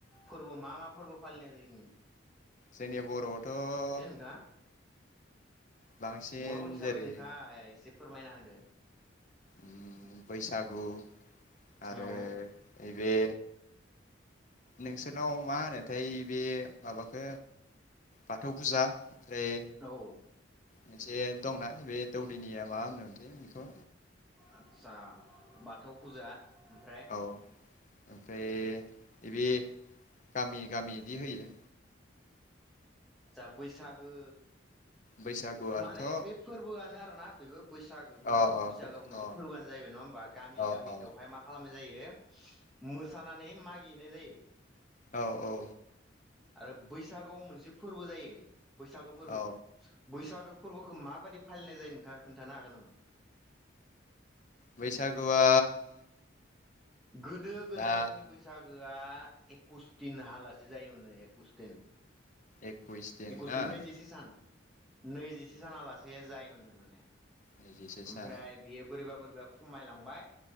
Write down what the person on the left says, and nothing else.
जोंनि बर'आवथ'
बांसिन
जेरै
उम बैसागु आरो
नैबे नोंसोरनाव मा होनोथाय बे माबाखो बाथौ फुजा ओमफ्राय
मोनसे दंना बे दौदिनिया मा होनो मोनथाय बेखौ
औ ओमफ्राय बे गामि गामि बिदि होयो
बैसागुआथ'
अ अ
अ
अ
औ
औ औ।
औ
बैसागुआ
दा
एकइस
ना
नैजिसे
सान